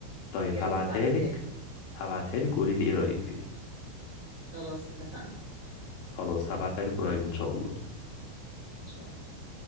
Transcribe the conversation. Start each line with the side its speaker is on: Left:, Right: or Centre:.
Left: طيب
Right: يا
Left: هبعتها
Right: ريت تبعتها
Left: لك
Right: لي
Left: هبعتها لك وقولي لي إيه رأيك فيها
Right: خلاص اتفقنا
Left: خلاص هبعتها لك قريب إن شاء الله
Right: ان شاء الله